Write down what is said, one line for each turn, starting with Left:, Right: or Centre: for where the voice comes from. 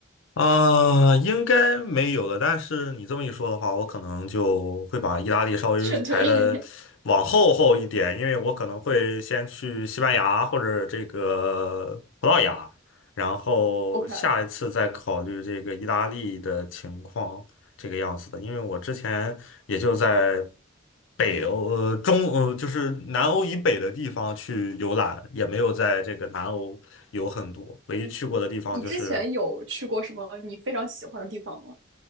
Left: 啊，应该没有了。但是你这么一说的话，我可能就会把意大利稍微排的往后后一点，
Right: <laughs> 劝退。<laughs>
Left: 因为我可能会先去西班牙或者这个葡萄牙，然后下一次再考虑这个意大利的情况，
Right: OK，
Left: 这个样子的。因为我之前也就在北欧，呃，中，呃，就是南欧以北的地方去游览，也没有在这个南欧有很多，唯一去过的地方就是。
Right: 你之前有去过什么你非常喜欢的地方吗？